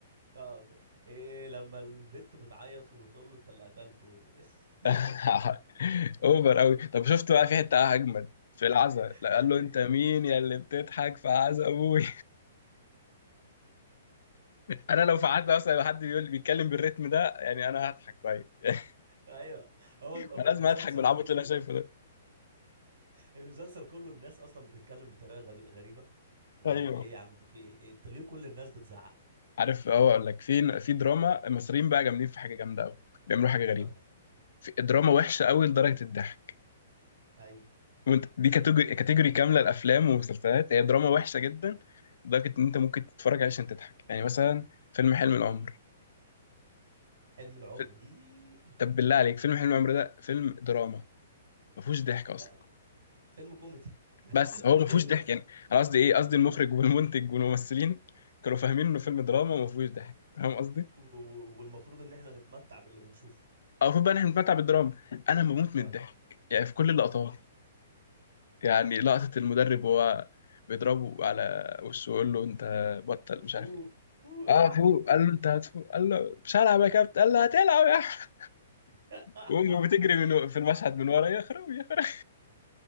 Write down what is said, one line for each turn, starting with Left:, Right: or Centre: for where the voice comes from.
Right: طب إيه لما البت بتعيط وبتقول له أنت اللي قتلته <laughs> يا
Left: <laughs>
Right: زعيم.
Left: اوفر قوي طب شفت بقى في حته اجمد في العزا
Right: <laughs>
Left: لا قال له انت مين يا اللي بتضحك في عزا ابوي انا لو في عدى مثلا لو حد بيقول بيتكلم بالريتم ده يعني انا هضحك طيب <laughs>
Right: ايوه هو ال- هو
Left: انا
Right: المسلسل
Left: لازم اضحك بالعبط
Right: كله
Left: اللي انا شايفه ده
Right: المسلسل كله الناس اصلا بتتكلم بطريقه غب- غريبه وايه
Left: ايوه
Right: يا عم في ايه إنت ليه كل الناس بتزعق
Left: عارف هو اقول لك في في دراما المصريين بقى جامدين في حاجه جامده قوي بيعملوا حاجه غريبه
Right: اه
Left: في دراما وحشه قوي لدرجه الضحك
Right: ايوه
Left: وانت دي كاتيجوري كاتيجوري كامله الافلام والمسلسلات هي دراما وحشه جدا لدرجه ان انت ممكن تتفرج عليه عشان تضحك يعني مثلا فيلم حلم العمر
Right: حلم العمر
Left: ف-
Right: إيه.
Left: طب بالله عليك فيلم حلم العمر ده فيلم دراما ما فيهوش ضحك اصلا
Right: لا فيلم كوميدي <laughs> ده
Left: بس
Right: فيلم
Left: هو ما
Right: كوميدي
Left: فيهوش ضحك
Right: اصلا
Left: يعني انا قصدي ايه قصدي المخرج والمنتج والممثلين كانوا فاهمين انه فيلم دراما وما فيهوش ضحك فاهم قصدي
Right: و- و- والمفروض ان احنا نتمتع باللي بنشوفه
Left: أو المفروض بقى احنا بنتمتع بالدراما انا بموت
Right: اه
Left: من الضحك يعني في كل اللقطات يعني لقطة المدرب وهو بيضربه على وشه ويقول له انت بطل مش
Right: فوق
Left: عارف ايه
Right: فوق
Left: اه
Right: يا
Left: فوق
Right: احمد
Left: قال له انت هتفوق قال له مش هلعب يا كابتن قال له هتلعب يا احمد
Right: <laughs>
Left: وامه بتجري من في المشهد من ورا يا خرابي يا خرابي